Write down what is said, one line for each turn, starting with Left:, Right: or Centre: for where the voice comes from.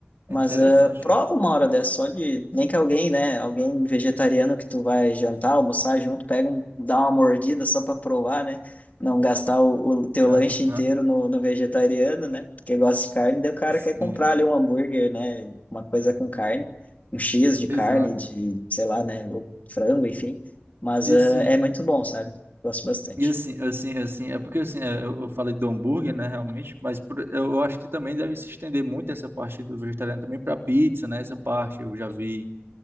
Left: Mas
Right: é interessante.
Left: ah, prova uma hora dessa só de. Nem que alguém, né? Alguém vegetariano que tu vai jantar, almoçar junto, pega um, dá uma mordida só pra provar, né? Não gastar o, o teu
Right: Aham,
Left: lanche inteiro no, no vegetariano, né? Porque gosta de carne, daí o cara
Right: sim,
Left: quer comprar ali um hambúrguer, né? Uma coisa com carne, um X de carne,
Right: exato.
Left: de, sei lá, né? Ou frango, enfim. Mas
Right: E
Left: ah,
Right: assim,
Left: é muito bom, sabe? Gosto bastante.
Right: e assim, assim, assim, é porque assim, é, eu, eu falei do hambúrguer, né, realmente, mas por- eu eu acho que também deve se estender muito essa parte do vegetariano também para pizza, né? Essa parte eu já vi,